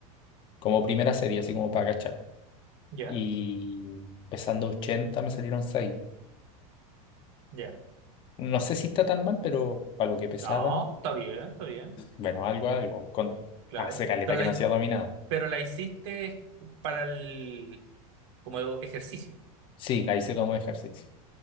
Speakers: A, on the left; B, on the right.
A: como primera serie, así como para cachar.
B: ya,
A: Y pesando 80 me salieron seis
B: ya.
A: No sé si está tan mal, pero para lo que pesaba,
B: No, está bien, está bien,
A: bueno, algo, algo. Con,
B: claro.
A: hace caleta
B: Pero
A: que
B: la,
A: no hacía dominada.
B: pero la hiciste para el, como ejercicio,
A: Sí, la hice como ejercicio.